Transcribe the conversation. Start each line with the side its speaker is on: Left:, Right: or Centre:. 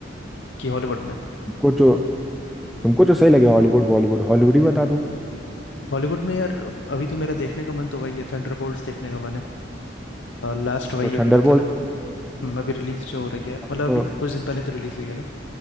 Left: कि हॉलीवुड में
Centre: तुमको जो तुमको जो सही लगे हॉलीवुड बॉलीवुड हॉलीवुड ही बता दो
Left: हॉलीवुड में यार अभी तो मेरा देखने का मन तो वही है थंडरबोल्ट्स देखने का मन है लास्ट वही
Centre: तो
Left: अभी
Centre: थंडरबोल्ट
Left: मतलब हम्म, अभी रिलीज जो हो रही है मतलब
Centre: तो
Left: अभी तो कुछ दिन पहले तो रिलीज हुई है ना